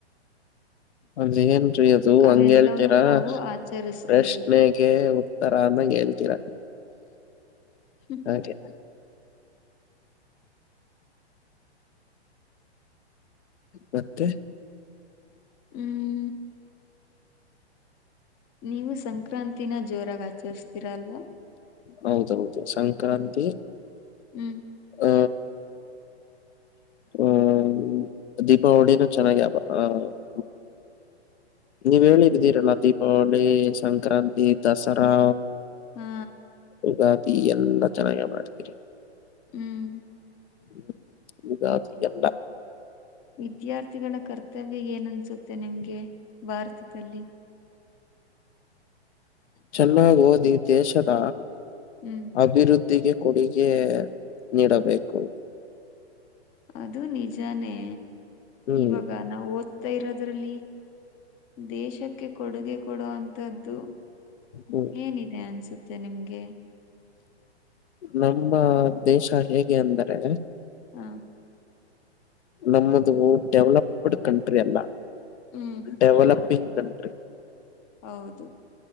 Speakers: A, on the left; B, on the left.
A: ಅದೇಏನ್ರೀ ಅದು ಹಂಗೆ
B: ಅವೆಲ್ಲವೂ
A: ಹೇಳ್ತೀರಾ
B: ನಾವು ಆಚರಿಸ್ತೀವಿ.
A: ಪ್ರಶ್ನೆ ಗೆ ಉತ್ತರ ಆನಂಗ್ ಹೇಳ್ತೀರ
B: ಹ್ಮ
A: ಹ <unintelligible> ಮತ್ತೆ
B: ಹ್ಮ್ ನೀವು ಸಂಕ್ರಾಂತಿನ ಜೋರಾಗಿ ಆಚರಿಸ್ತೀರ ಅಲ್ವಾ
A: ಹೌದೌದು ಸಂಕ್ರಾಂತಿ
B: ಹ್ಮ
A: ಹ್ಮ ಹ್ಮ ದೀಪಾವಳಿನೂ ಚೆನ್ನಾಗಿ <unintelligible> ನೀವ್ ಹೇಳಿದ್ದಿದ್ದೀರಲ್ಲ ದೀಪಾವಳಿ ಸಂಕ್ರಾಂತಿ ದಸರಾ
B: ಹಾ
A: ಯಗಾದಿ ಎಲ್ಲ ಚೆನ್ನಾಗ ಮಾಡ್ತೀರಿ
B: ಹ್ಮ್
A: ಹ್ಮ ವಿರಾದು ಎಲ್ಲ.
B: ವಿದ್ಯಾರ್ಥಿಗಳ ಕರ್ತವ್ಯ ಏನನ್ಸುತ್ತೆ ನಿಮ್ಗೆ ಭಾರತದಲ್ಲಿ.
A: ಚೆನ್ನಾಗಿ ಓದಿ ದೇಶದ.
B: ಹ್ಮ್
A: ಅಭಿವೃದ್ಧಿಗೆ ಕೊಡುಗೆ ನೀಡಬೇಕು.
B: ಅದು ನಿಜಾನೇ
A: ಹ್ಮ್
B: ಇವಾಗ ನಾವು ಓದ್ತಾ ಇರೋದ್ರಲ್ಲಿ. ದೇಶಕ್ಕೆ ಕೊಡುಗೆ ಕೊಡೋ ಅಂತದ್ದು.
A: ಹ್ಮ್
B: ಏನಿದೆ ಅನ್ಸುತ್ತೆ ನಿಮ್ಗೆ.
A: ನಮ್ಮ ದೇಶ ಹೇಗೆ ಅಂದರೆೆ.
B: ಹ್ಮ್
A: ನಮ್ಮದು ಡೆವಲಪ್ಡ್ ಕಂಟ್ರಿ ಅಲ್ಲ
B: ಹ್ಮ್
A: ಡೆವಲಪಿಂಗ್ ಕಂಟ್ರಿ.
B: ಹೌದು